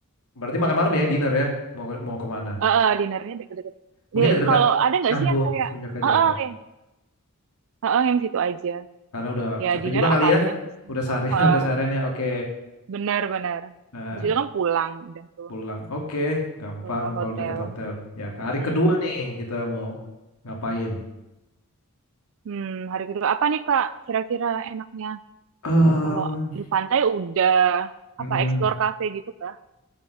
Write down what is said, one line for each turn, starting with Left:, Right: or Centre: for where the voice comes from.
Left: berarti makan malam ya dinner ya mau mau kemana
Right: Heeh, dinernya deket-deket.
Left: mungkin
Right: Di-
Left: dekat-dekat
Right: kalau ada nggak
Left: Canggu
Right: sih yang kayak,
Left: Semenjak
Right: heeh,
Left: jatuh
Right: yang, heeh, yang situ aja.
Left: Karena udah
Right: Ya
Left: capek
Right: dinner
Left: juga kali
Right: apa
Left: ya.
Right: aja nggak sih?
Left: Udah seharian,
Right: Heeh,
Left: <laughs> udah seharian ya. Oke.
Right: benar-benar.
Left: Nah,
Right: Habis itu kan pulang udah tuh
Left: pulang. Oke, gampang
Right: ke hotel.
Left: kalau deket hotel. Ya, ke hari
Right: Mm.
Left: kedua nih kita mau ngapain?
Right: Hmm, hari kedua apa nih Kak? Kira-kira enaknya
Left: Em,
Right: kalau di pantai udah
Left: mm-mm.
Right: apa explore cafe gitu kan?